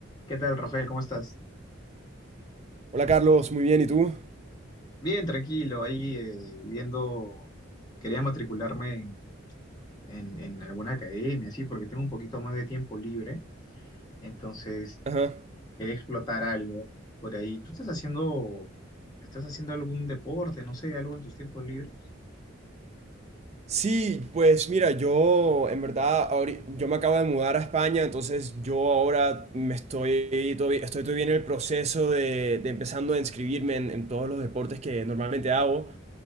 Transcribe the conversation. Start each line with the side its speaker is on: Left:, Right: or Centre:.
Left: ¿Qué tal, Rafael? ¿Cómo estás?
Right: Hola Carlos, muy bien, ¿y tú?
Left: Bien, tranquilo, ahí eh, viendo, quería matricularme en, en- en alguna academia, sí, porque tengo un poquito más de tiempo libre, entonces
Right: Ajá.
Left: quería explotar algo por ahí. ¿Tú estás haciendo, estás haciendo algún deporte, no sé, algo en tus tiempos libres?
Right: Sí, pues mira, yo en verdad, ahori- yo me acabo de mudar a España, entonces yo ahora me estoy todavía, estoy todavía en el proceso de, de empezando a inscribirme en, en todos los deportes que normalmente hago.